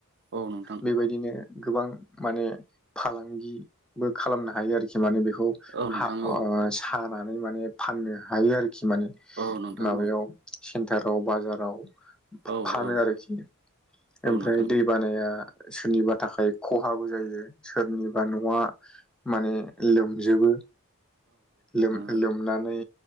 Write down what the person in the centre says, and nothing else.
बेबायदिनो गोबां माने फालांगि बो खालामनो हायो आरोखि माने बेखौ
हा ओ हानानै माने फाननो हायो आरोखि माने
माबायाव
सेन्टाराव बाजाराव
फानो
आरोखि ओमफ्राय
दै बानाया सोरनिबा थाखाय खहाबो जायो सोरनिबा न'आ माने लोमजोबोमोन लोम
लोमनानै